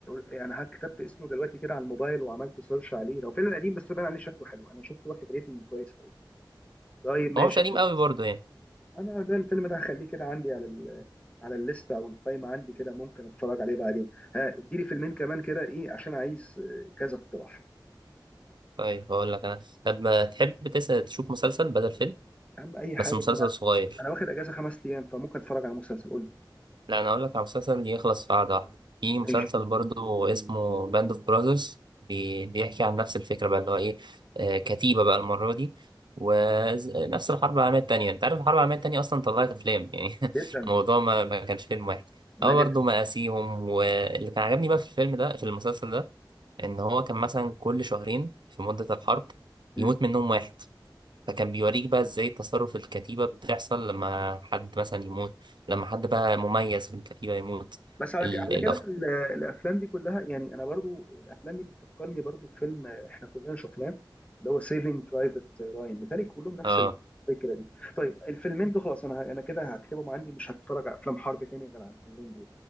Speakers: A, on the left; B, on the right.
A: يعني ها كتبت اسمه دلوقتي كده على الموبايل وعملت سيرش عليه لو فيلم قديم بس باين عليه شكله حلو انا شفته واخد ريتنج كويس قوي طيب ماشي
B: هو مش قديم
A: طب
B: قوي برضه يعني
A: انا ده الفيلم ده هخليه كده عندي على ال على الليسته او القائمه عندي كده ممكن اتفرج عليه بعدين ها اديلي فيلمين كمان كده ايه عشان عايز آه، كذا اقتراح
B: طيب هقول لك انا طب ما تحب تسأل تشوف مسلسل بدل فيلم
A: اهم اي حاجه
B: بس مسلسل
A: إن انا
B: صغير
A: انا واخد اجازه خمس ايام فممكن اتفرج على مسلسل قول لي
B: لا انا هقول لك على مسلسل يخلص في قعده واحده في
A: ماشي
B: مسلسل برضو اسمه باند اوف براذرز بيحكي عن نفس الفكره بقى اللي هو ايه آه كتيبه بقى المره دي ونفس الحرب العالميه التانيه انت عارف الحرب العالميه التانيه اصلا طلعت افلام يعني <laughs>
A: جدا
B: الموضوع ما, ما كانش فيلم واحد
A: لا
B: هو
A: جدا
B: برضه مآسيهم واللي كان عجبني بقى في الفيلم ده في المسلسل ده ان هو كان مثلا كل شهرين في مده الحرب
A: مم.
B: يموت منهم واحد فكان بيوريك بقى ازاي تصرف الكتيبة بتحصل لما حد مثلا يموت لما حد بقى مميز في الكتيبة يموت
A: بس على
B: ال-
A: ك- على
B: الأف...
A: كده ال- الافلام دي كلها يعني انا برضو الافلام دي بتفكرني برضو بفيلم احنا كلنا شفناه اللي هو سيفنج برايفت راين متهيألي كلهم نفس
B: اه
A: الفكره دي طيب الفيلمين دول خلاص انا انا كده هكتبهم عندي مش هتفرج على افلام حرب تاني غير على الفيلمين دول